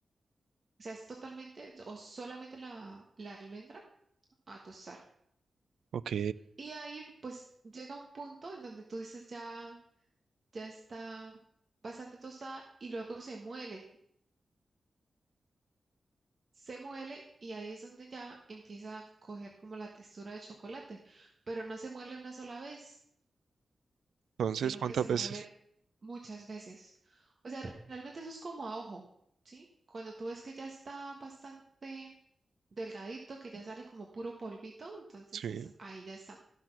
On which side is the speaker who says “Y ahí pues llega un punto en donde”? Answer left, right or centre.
Right